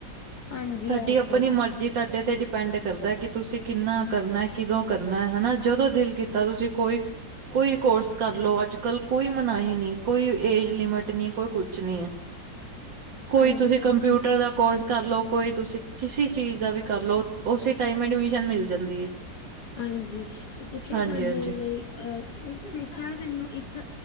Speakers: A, on the left; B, on the right.
A: ਹਾਂਜੀ
B: ਤੁਹਾਡੀ
A: ਇਹ
B: ਆਪਣੀ
A: ਤੇ
B: ਮਰਜ਼ੀ
A: ਹੈ
B: ਤੁਹਾਡੇ ਤੇ ਡਿਪੈਂਡ ਕਰਦਾ ਕਿ ਤੁਸੀਂ ਕਿੰਨਾ ਕਰਨਾ ਕਿਦੋਂ ਕਰਨਾ ਹਨਾ ਜਦੋਂ ਦਿਲ ਕੀਤਾ ਤੁਸੀਂ ਕੋਈ ਕੋਈ ਕੋਰਸ ਕਰਲੋ ਅੱਜ ਕੱਲ ਕੋਈ ਮਨਾਹੀ ਨਹੀਂ। ਕੋਈ ਏਜ ਲਿਮਿਟ ਨੀ ਕੋਈ ਕੁਛ ਨੀ ਹੈ ਕੋਈ
A: ਹਾਂਜੀ
B: ਤੁਸੀਂ
A: ਤੇ
B: ਕੰਪਿਊ ਦਾ ਕੋਰਸ ਕਰਲ ਕੋਈ ਤੁਸੀਂ ਕਿਸੇ ਚੀਜ਼ ਦਾ ਵੀ ਕਰ ਲਓ ਉਸੇ ਟਾਈਮ ਐਡਮਿਸ਼ਨ ਮਿਲ ਜਾਂਦੀ ਹੈ।
A: ਹਾਂਜੀ ਤੇ ਸਿੱਖਿਆ
B: ਹਾਂਜੀ
A: ਸਾਡੇ
B: ਹਾਂਜੀ
A: ਲਈ ਅ ਇੱਕ ਸਿੱਖਿਆ ਸਾਨੂੰ ਇੱਕ